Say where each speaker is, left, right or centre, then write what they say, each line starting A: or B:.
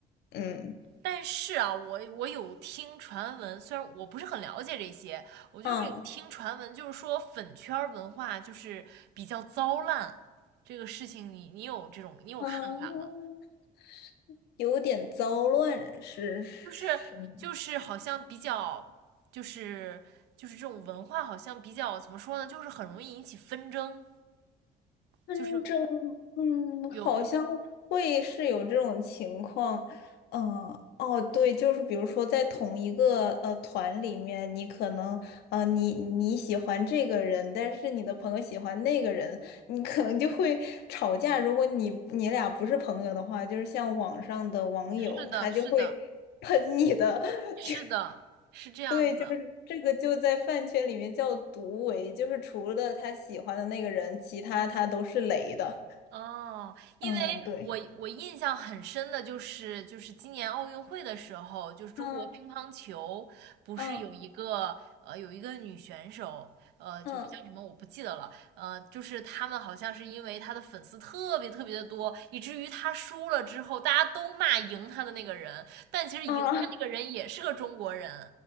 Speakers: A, on the left (about 75°); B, on the right (about 80°).
A: 嗯，
B: 但是啊，我我有听传闻，虽然我不是很了解这些，我就是有听传闻，
A: 啊，
B: 就是说粉圈儿文化就是比较糟烂，这个事情你你有这种你有看法吗？
A: 嗯，有点糟乱是什么？
B: 就是就是好像比较就是就是这种文化好像比较怎么说呢，就是很容易引起纷争，
A: 纷争，
B: 就是
A: 嗯，
B: 有有
A: 好像会是有这种情况，嗯、哦，对，就是比如说在同一个呃团里面，你可能呃你你喜欢这个人，但是你的朋友喜欢那个人，你可能就会吵架。如果你你俩不是朋友的话，就是像网上的网友，
B: 是的是的
A: 他就会 <laughs> 喷你的，<laughs>
B: 是的是这样子。
A: 就对，就是这个就在饭圈里面叫毒唯，就是除了他喜欢的那个人，其他他都是雷的。
B: 哦，因为我我印象很深的就是，
A: 嗯，对，
B: 就是今年奥运会的时候，就是中国乒乓球不是有一个呃有一个女选手，
A: 嗯嗯
B: 呃，
A: 嗯
B: 就是叫什么我不记得了，呃，就是他们好像是因为她的粉丝特别特别的多，以至于她输了之后，大家都骂赢她的那个人，但其实赢她那个人也是个中国人。
A: 啊